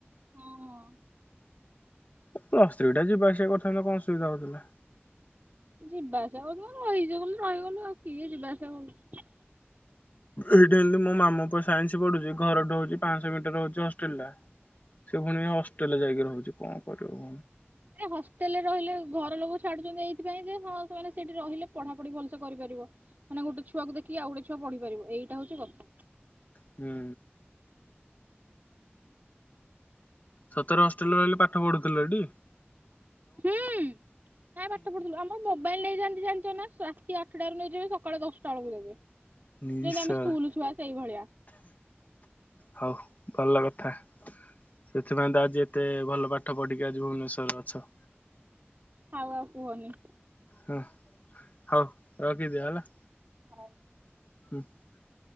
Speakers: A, on the right (about 45°); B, on the left (about 40°).
A: ହଁ ହଁ
B: ପ୍ଲସ୍ ଥ୍ରୀ ଟା ଯିବା ଆସିବା କରିଥାନ୍ତ କଣ ଅସୁବିଧା ହଉଥିଲା
A: ଯିବା ଆସିବା କ ରହିଯିବ ବୋଲି ରହିଗଲୁ ଆଉ କିଏ ଯିବା ଆସିବା କରୁଛି
B: ଏଇଟା ଏମତି ମୋ ମାମୁଙ୍କ ସାଇନ୍ସ ପଢୁଛି ଘରଠୁ ହଉଛି ପାଞ୍ଚଶହ ମିଟର ହଉଛି ହଷ୍ଟେଲ ଟା ସେ ପୁଣି ହଷ୍ଟେଲ ରେ ଯାଇକି ରହୁଛି କଣ କରିବୁ
A: ଆରେ ହଷ୍ଟେଲରେ ରହିଲେ ଘର ଲୋକ ଛାଡୁଛନ୍ତି ଏଇଥିପାଇଁ ଯେ ହଁ ସେମାନେେ ସେଇଠି ରହିଲେ ପଢାପଢି ଭଲସେ କରିପାରିବ ମାନେ ଗୋଟେ ଛୁଆକୁ ଦେଖିକି ଆଉ ଗୋଟେ ଛୁଆ ପଢି ପାରିବ ଏଇଟା ହଉଛି କଥା
B: ହୁଁ ସତରେ ହଷ୍ଟେଲରେ ରହିଲେ ପାଠ ପଢୁଥିଲ ସେଠି
A: ହୁଁ କାଇଁ ପାଠ ପଢୁଥିଲୁ ଆମ ମୋବାଇଲ ରେ ହେଇଚି ଜାଣିଚ ନା ରାତି ଆଠଟାରୁ ନେଇଯିବେ ସକାଳେ ଦଶଟା ବେଳକୁ ଦେବେ
B: ନିଶାଳା
A: ଯେମିତି ଆମେ ସ୍କୁଲ ଛୁଆ ସେଇ ଭଳିଆ
B: ହଉ ଭଲ କଥା ସେଥିପାଇଁ ତ ଆଜି ଏତେ ଭଲ ପାଠ ପଢିକି ଆଜି ଭୁବନେଶ୍ୱରରେ ଅଛ
A: ଥାଉ ଆଉ କୁହନି
B: ହୁଁ ହଉ ରଖିଦିଅ ହେଲା
A: ହଁ
B: <unintelligible>